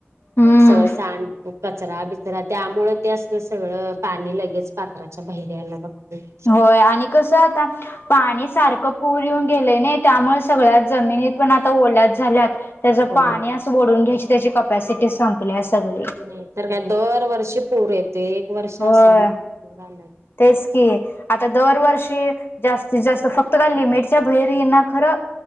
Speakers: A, on the left; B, on the right.
A: हम्म
B: सगळं सांड कचरा बिचरा त्यामुळे ते असतं सगळं पाणी लगेच पात्राच्या बहिर्याला बघते.
A: होय आणि कसं आता पाणी सारखं पूर येऊन गेलं नाही त्यामुळे सगळ्यात जमिनी पण आता ओल्याद झाल्यात. त्याचं
B: हो
A: पाणी असं बढून घ्यायचे त्याची कपॅसिटी संपली आहे सगळी.
B: नाही तर काय दर वर्षी पूर येतो एक वर्षा
A: होय
B: असं नाही की पूर आला नाय.
A: तेच की आता दरवर्षी जास्तीत जास्त का फक्त लिमिटच्या बहिर यांना खरं